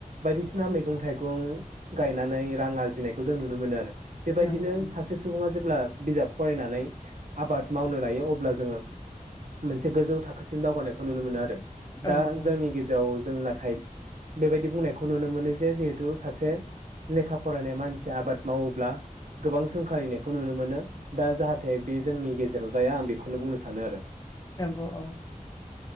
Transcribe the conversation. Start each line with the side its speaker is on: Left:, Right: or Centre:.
Right: बायदिसिना मैगं थाइगं गायनानै रां आरजिनायखौ जों नुनो मोनो आरो बेबायदिनो
Left: नंगौ
Right: सासे सुबुङा जेब्ला बिजाब फरायनानै आबाद मावनो लायो अब्ला जोङो मोनसे गोजौ थाखोसिम दावगानायखौ नुनो मोनो आरो
Left: औ
Right: दा
Left: औ
Right: जोंनि गेजे खौ जों नाथाय बेबायदि बुंनायखौ नुनो मोनो जे जिहेथु सासे लेखा फरायनाय मानसिया आबाद मावोब्ला गोबां सोंखारिनायखौ नुनो मोनो। दा जाहाथे बे जोंनि गेजे जेराव जाया आं बेखौनो बुंनो सानो आरो।
Left: नंगौ औ।